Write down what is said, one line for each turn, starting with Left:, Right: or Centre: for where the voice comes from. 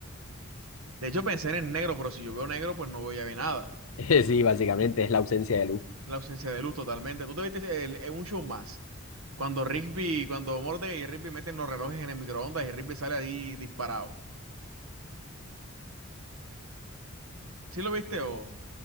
Right: De hecho, pensé en el negro, pero si yo veo negro, pues no veo ya bien nada.
Left: <laughs> Sí, básicamente es la ausencia de luz.
Right: La ausencia de luz totalmente. Tú te viste el- en un show más. Cuando Rigby, cuando Mordecai y Rigby meten los relojes en el microondas y Rigby sale ahí disparado. ¿Sí lo viste o?